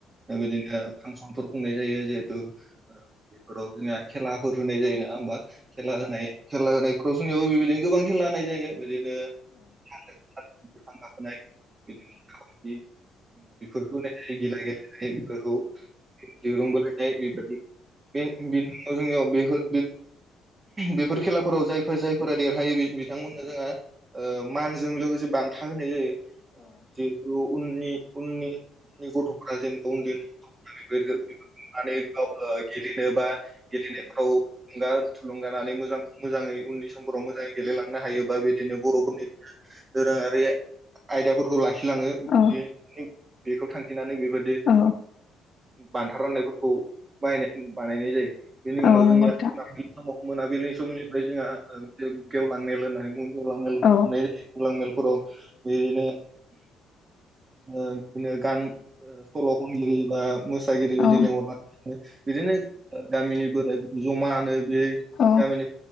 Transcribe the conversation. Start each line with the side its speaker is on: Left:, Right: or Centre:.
Right: बिदिनो फांसनफोर खुंनाय जायो जहेथु बेफोराव जोंहा खेलाफोर होनाय जायो नङा होमबा खेला होनाय खेला होनायफोराव जोंनियावबो बेबायदिनो गोबां खेला होनाय जायो बिदिनो <unintelligible> बिफां गाखोनाय बिदिनो <unintelligible> बेफोरखौ होनाय जायो गिला गेलेनाय बेफोरखौ दिरुं बोलायनाय बेबादि <unintelligible> जोंनियाव बेफोर बेफोर खेलाफोराव जायफोर जाय फोरा देरहायो बिथांमोननो जोंहा ओ मानजों लोगोसे बान्था होनाय जायो औ जिहेथु उननि उननि उननि गथ'फ्रा जेन उन्दै उन्दै गथ'फोरा बेफोरखो बेफोरखो नुनानै गावनो गेलेनो बा गेलेनायफ्राव थुलुंगा थुलुंगानानै मोजां मोजाङै उननि समफोराव मोजाङै गेलेलांनो हायो बा बिदिनो बर'फोरनि दोरोङारि आयदाफोरखौ लाखि खि लाङो
Left: औ
Right: बे बेखौ थांखिनानै बे बेबायदि
Left: औ
Right: बान्था राननायफोरखौ बाहानाय बानायनाय जायो बेनि उनाव
Left: औ नंगौ
Right: जोंनिया
Left: नोंथां
Right: मोनाबिलिनि समाव मोनाबिलिनि समनिफ्राय जोंहा गेवलां मेल होननानै बुङोब्ला मेल
Left: औ
Right: खुंनाय जायो गेवलां मेलफोराव बिदिनो बिदिनो गान सल' खनगिरि बा मोसागिरि बिदि
Left: औ
Right: लिंहरनानै बिदिनो गामिनि बोराय जमानो बे
Left: औ
Right: गामिनि